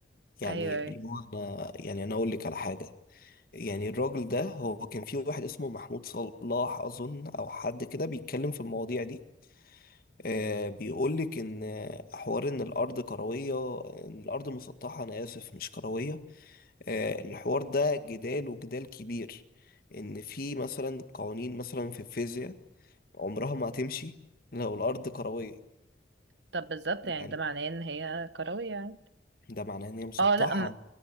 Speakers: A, on the left; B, on the right.
A: يعني
B: ايوه ايوه
A: اللي هو انا يعني انا اقول لك على حاجه يعني الراجل ده هو كان في واحد اسمه محمود صلاح اظن او حد كده بيتكلم في المواضيع دي آه بيقول لك ان حوار ان الارض كرويه ان الارض مسطحه انا اسف مش كرويه آه الحوار ده جدال وجدال كبير ان في مثلا قوانين مثلا في الفيزياء عمرها ما هتمشي لو الارض كرويه
B: طب بالظبط يعني
A: يعني
B: ده معناه ان هي كروية يعني
A: ده معناه ان هي مسطحه
B: اه لا م...